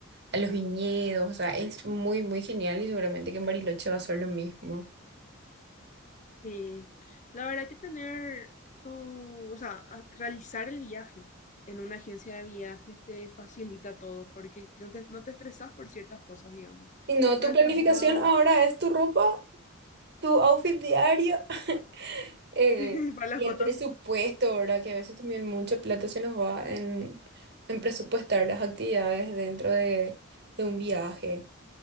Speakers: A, on the right; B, on the left.
A: a los viñedos, o sea, es muy, muy genial y seguramente que en Bariloche va a ser lo mismo.
B: Sí, la verdad que tener tu, o sea, a- realizar el viaje en una agencia de viajes te facilita todo, porque no te, no te estresas por ciertas cosas, digamos,
A: Y no,
B: por
A: tu
B: el
A: planificación
B: traslado,
A: ahora es tu ropa, tu outfit diario <laughs> eh,
B: <laughs> para las
A: Y
B: fotos
A: el presupuesto, ¿verdad? Que a veces también mucha plata se nos va en, en presupuestar las actividades dentro de, de un viaje.